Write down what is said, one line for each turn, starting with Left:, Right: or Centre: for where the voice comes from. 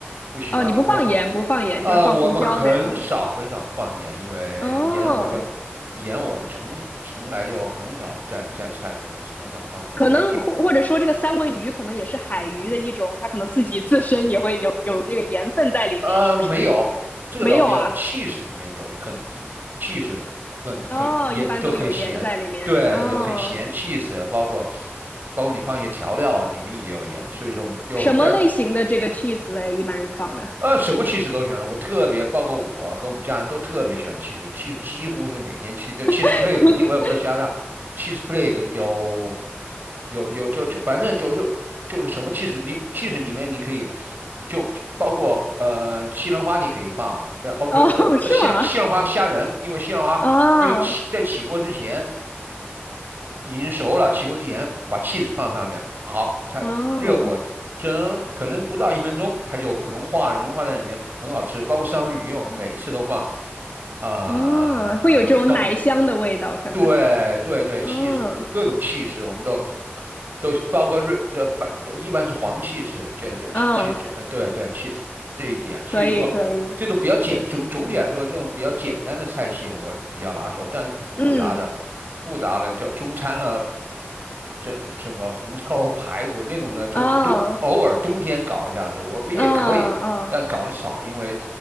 Right: 不喜欢用，
Left: 哦，你不放盐，
Right: 我
Left: 不放盐，
Right: 呃我们很少很少放盐，
Left: 就是放胡椒奶酪。
Right: 因为盐我就盐我们从从来就很少在在菜里面很少放盐，
Left: 哦可能或或者说这个三文鱼可能也是海鱼的一种，
Right: 所以一
Left: 它可能自己自身也会有有这个盐分在里面，
Right: 呃，
Left: 是不是？
Right: 没有，这个倒没有。
Left: 没有啊？
Right: cheese 里面有很 cheese 很很也都很咸，
Left: 哦，一般都有盐在里面。
Right: 对，
Left: 哦，
Right: 有很咸 cheese，包括包括你放一些调料啊，里面也有盐。所以说，我们就在
Left: 什么类型的这个 cheese 嘞？一般放的？
Right: 呃，什么汽水都喜欢，我特别包括我和我们家人都特别喜欢汽水，汽水几乎是每天吃，就 cheese
Left: <laughs>
Right: plate，因为我们在加拿大，cheese plate 有有有就就反正就是就是什么汽水，你汽水里面你可以就包括呃西兰花你可以放，呃哦不不不西兰西兰花虾仁，
Left: 哦，是吗？
Right: 因为西兰花因为起在起锅之前
Left: 哦，
Right: 已经熟了，起锅之前把 c h 放上面，好，它热火蒸可能不到一分钟，
Left: 哦，
Right: 它就融化了融化在里面，很好吃。包括三文鱼，我们每一次都放啊、
Left: 哦，会有这种奶香的味道，
Right: 三文鱼
Left: 可能。
Right: 对对对，
Left: 哦，
Right: 气势各各种气势，我们都都包括瑞这白，一般是黄气势，就是气气势，
Left: 哦，
Right: 呃，对对，气势这一点。
Left: 可以，
Right: 所以说，
Left: 可以。
Right: 这种比较简总总体来说，这种比较简单的菜系我比较拿手，但是复杂的
Left: 嗯，
Right: 复杂的叫中餐了，这什么红烧 <laughs> 排骨那种呢，就是冬偶尔冬天搞一下子，
Left: 哦，
Right: 我我也可以。
Left: 哦，哦，
Right: 但搞得少，因为